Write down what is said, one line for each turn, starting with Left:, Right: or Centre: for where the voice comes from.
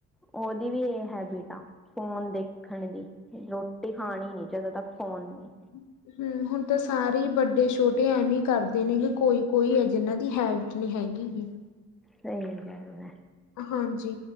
Centre: ਉਹਦੀ ਵੀ ਐ ਹੈਬਿਟ ਆ, ਫੋਨ ਦੇਖਨ ਦੀ ਰੋ ਟੀ ਖਾਨੀ ਨੀ, ਜਦੋਂ ਤੱਕ ਫ਼ੋਨ ਨੀ
Left: <inaudible> ਹੂੰ, ਹੁਨ ਤਾਂ ਸਾਰੇ ਹੀ ਵੱਡੇ -ਛੋਟੇ ਐਵੇਂ ਹੀ ਕਰਦੇ ਨੇਗੇ ਕੋਈ-ਕੋਈ ਏ। ਜਿਹਨਾਂ ਦੀ ਹੈਫੀਟ ਨੀ ਹੈਗੀ।
Centre: ਸਹੀ ਗੱਲ ਏ।
Left: ਹਾਂਜੀ